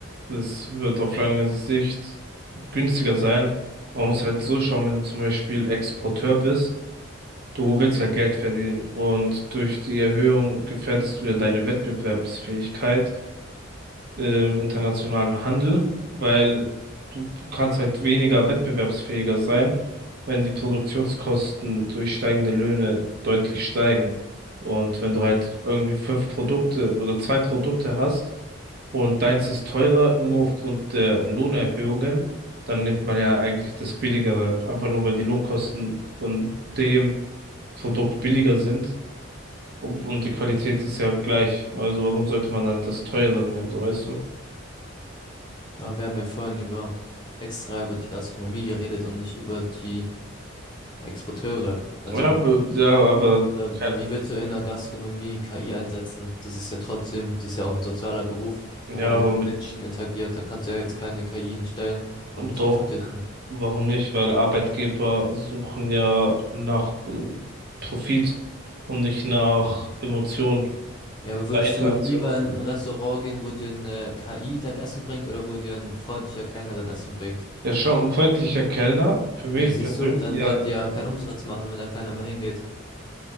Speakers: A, on the right; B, on the left.
A: das wird auf lange Sicht günstiger sein. Man muss halt so schauen, wenn du zum Beispiel Exporteur bist, du willst ja Geld verdienen und durch die Erhöhung gefährdest du ja deine Wettbewerbsfähigkeit. im internationalen Handel, weil du kannst halt weniger wettbewerbsfähiger sein, wenn die Produktionskosten durch steigende Löhne deutlich steigen. Und wenn du halt irgendwie fünf Produkte oder zwei Produkte hast und deins ist teurer, nur aufgrund der Lohnerhöhungen, dann nimmt man ja eigentlich das Billigere, einfach nur weil die Lohnkosten von dem Produkt billiger sind. Und und die Qualität ist ja gleich. Also warum sollte man dann das teurere nehmen, so weißt du?
B: Aber wir haben ja vorhin über extra über die Gastronomie geredet und nicht über die Exporteure. Also
A: Ja, aber, ja, aber,
B: Oder wie
A: kein-
B: willst du in der Gastronomie KI einsetzen? Das ist ja trotzdem, das ist ja auch ein sozialer Beruf,
A: ja,
B: wo man
A: aber
B: mit
A: mit,
B: Menschen interagiert. Da kannst du ja jetzt keine KI hinstellen und
A: doch,
B: die tut dir dann.
A: warum nicht? Weil Arbeitgeber suchen ja nach äh, Profit und nicht nach Emotionen
B: Ja, aber würdest
A: bei Interaktion.
B: du lieber in ein Restaurant gehen, wo dir eine KI dein Essen bringt oder wo dir ein freundlicher Kellner dein Essen bringt?
A: Ja, schon ein freundlicher Kellner, für mich
B: Ja, siehst
A: persönlich,
B: du, dann
A: ja,
B: werden die ja keinen Umsatz machen, wenn da keiner mehr hingeht.